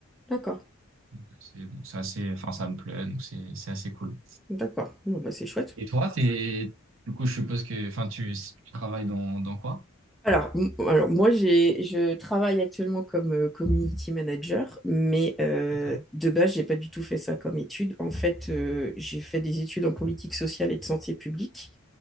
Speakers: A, in the centre; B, on the right.
A: d'accord,
B: Donc, C'est bon, c'est assez, enfin, ça me plaît, donc c'est, c'est assez cool.
A: d'accord. Bon, bah, c'est chouette.
B: Et toi, t'es, du coup, je suppose que, enfin, tu, tu travailles dans, dans quoi?
A: Alors, m- alors moi, j'ai, je travaille actuellement comme euh, community manager, mais euh,
B: D'accord.
A: de base, j'ai pas du tout fait ça comme étude. En fait, euh, j'ai fait des études en politique sociale et de santé publique.